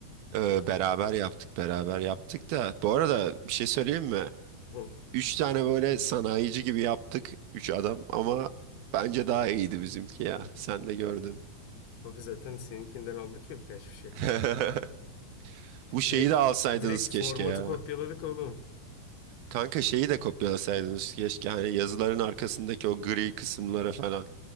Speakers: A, on the right; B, on the left.
A: e, beraber yaptık, beraber yaptık da. Bu arada bir şey söyleyeyim mi?
B: Hı.
A: Üç tane böyle sanayici gibi yaptık. Üç adam ama bence daha iyiydi bizimki ya. Sen de gördün.
B: Abi zaten seninkinden aldık ya birkaç bir şey.
A: <laughs> Bu şeyi
B: Direkt
A: de alsaydınız
B: direkt
A: keşke
B: formatı
A: ya.
B: kopyaladık oğlum.
A: Kanka şeyi de kopyalasaydınız keşke. Hani yazıların arkasındaki o gri kısımlara falan.